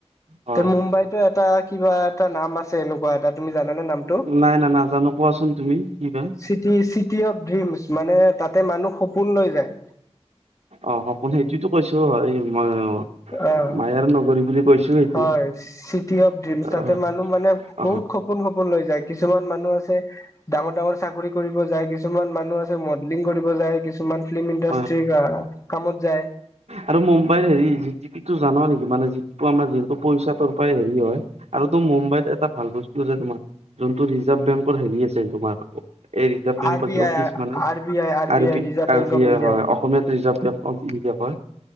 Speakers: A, on the right; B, on the left.
A: হয়
B: তে মুম্বাইতো এটা কিবা এটা নাম আছে, এনেকুৱা এটা। তুমি জানেনে নামটো?
A: নাই-নাই নাজানোঁ। কোৱাচোন তুমি, কি কয়?
B: City city of dreams. মানে, তাতে মানুহ সপোন লৈ যায়।
A: অ'! সপোন। সেইটোৱেতো কৈছোঁ! এই মই
B: অ'
A: মায়াৰ নগৰী বুলি কৈছো সেইটো
B: হয়! City of dream.
A: অ
B: তাতে, মানুহ মানে,
A: অ
B: বহুত খুব সপোন-সপোন লৈ যায়। কিছুমান মানুহ আছে, ডাঙৰ-ডাঙৰ চাকৰি কৰিব যায়। কিছুমান মানুহ আছে, মডেলিং কৰিব যায়। কিছু <unintelligible> ফিল্ম ইণ্ডাষ্ট্ৰী,
A: হয়
B: আঁ কামত যায়।
A: আৰু মুম্বাইৰ সেৰি, জিডিপিটো জান নেকি? মানে, যিটো আমাৰ যিহেতু, পইচা তাৰপৰাই সেৰি হয়। আৰু তো, মুম্বাইত এটা ভাল বস্তু আছে, তোমাৰ। যোনটো ৰিজাৰ্ভ বেংকৰ সেৰি আছে তোমাৰ, এই ৰিজাৰ্ভ বেংকত
B: আৰ বি
A: যি,
B: আই
A: অফিচ মানে,
B: আৰ বি আই আৰ
A: আৰু
B: আই
A: বি,
B: ৰিজাৰ্ভ
A: আৰু
B: বেংক অফ ইণ্ডিয়া
A: অসমীয়াত ৰিজাৰ্ভ বেংক অফ ইণ্ডিয়া কয়।